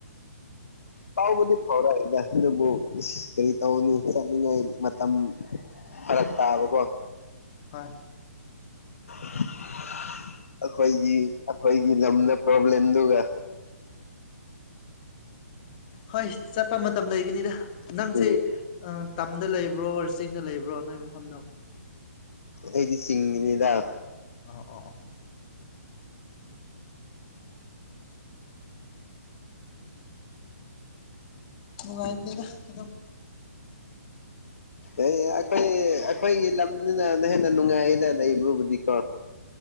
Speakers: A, on the left; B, on the left.
A: ꯐꯥꯎꯕꯗꯤ ꯐꯥꯎꯔꯛꯑꯏꯗ ꯑꯗꯨꯕꯨ ꯑꯁ ꯀꯔꯤ ꯇꯧꯅꯤ ꯆꯠꯅꯤꯡꯉꯥꯏ ꯃꯇꯝ ꯐꯔꯛ ꯇꯥꯕꯥꯀꯣ
B: ꯍꯣꯏ
A: <inaudible> ꯑꯩꯈꯣꯏꯒꯤ ꯑꯩꯈꯣꯏꯒꯤ ꯂꯝꯗ ꯄ꯭ꯔꯣꯕ꯭ꯂꯦꯝꯗꯨꯒ
B: ꯍꯣꯏ ꯆꯠꯄ ꯃꯇꯝ ꯂꯩꯒꯅꯤꯗ ꯅꯪꯁꯦ
A: ꯎꯝ
B: ꯇꯝꯗ ꯂꯩꯕ꯭ꯔꯣ ꯑꯣꯔ ꯆꯤꯡꯗ ꯂꯩꯕ꯭ꯔꯣ ꯅꯣꯏ ꯃꯐꯝꯗꯣ
A: ꯑꯩꯗꯤ ꯁꯤꯁꯤꯡꯅꯤꯗ
B: ꯑꯣ ꯑꯣ ꯑꯣ ꯅꯨꯡꯉꯥꯏꯕ ꯂꯩꯅ ꯑꯗꯨꯝ
A: ꯑꯦ ꯑꯩꯈꯣꯏ ꯑꯩꯈꯣꯏꯒꯤ ꯂꯝꯁꯤꯅꯅ ꯍꯦꯟꯅ ꯅꯨꯡꯉꯥꯏꯗꯅ ꯂꯩ ꯑꯩꯕꯨꯕꯨꯗꯤꯀꯣ